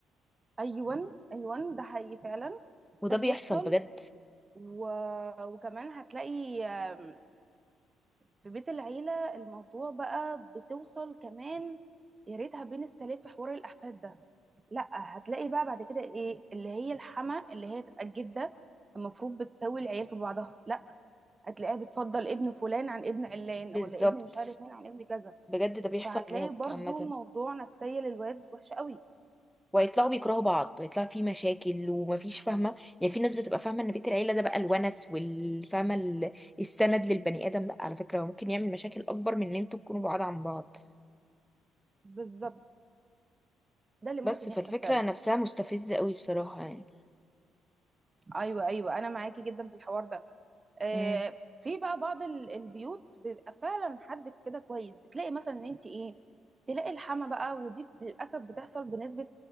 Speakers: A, on the right; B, in the centre.
A: ايوه ايوه ده حقيقي فعلا
B: وده
A: ده بيحصل
B: بيحصل بجد
A: و... وكمان هتلاقي آم، في بيت العيلة الموضوع بقى بتوصل كمان يا ريتها بين السلام في حوار الأحفاد ده لا هتلاقي بقى بعد كده ايه اللي هي الحما اللي هي تبقى الجدة المفروض بتساوي العيال في بعضها لا هتلاقيها بتفضل ابن فلان عن ابن علان
B: بالظبط
A: ولا ابن مش عارف مين عن ابن كذا
B: بجد ده بيحصل
A: فهتلاقي
B: موت
A: برضو
B: عامة
A: موضوع نفسية للواد وحش قوي
B: ويطلعوا بيكرهوا بعض يطلع في مشاكل ومفيش فاهمة يعني في ناس بتبقى فاهمة ان بيت العيلة ده بقى الونس والفاهمة ال- السند للبني آدم لا على فكرة هو ممكن يعمل مشاكل أكبر من ان انتوا تكونوا بعاد عن بعض
A: بالظبط ده اللي ممكن
B: بس فالفكرة
A: يحصل فعلا
B: نفسها مستفزة قوي بصراحة يعني
A: ايوه ايوه انا معاكي جدا في الحوار ده آه،
B: مم.
A: في بقى بعض ال- البيوت بيبقى فعلا حد كده كويس بتلاقي مثلا ان انت ايه تلاقي الحما بقى ودي للاسف بتحصل بنسبه